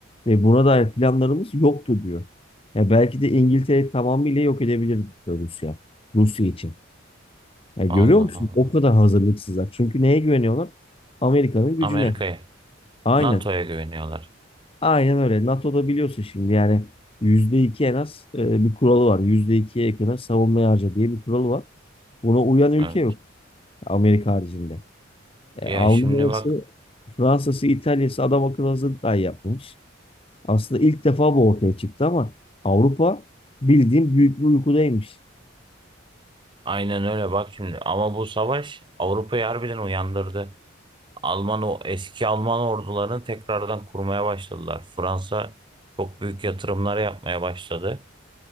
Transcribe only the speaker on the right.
Allah
Allah.
Amerika'ya.
NATO'ya güveniyorlar.
Evet.
Ya
şimdi bak
Aynen öyle bak şimdi. Ama bu savaş Avrupa'yı harbiden uyandırdı. Alman o eski Alman ordularını tekrardan kurmaya başladılar. Fransa çok büyük yatırımlar yapmaya başladı.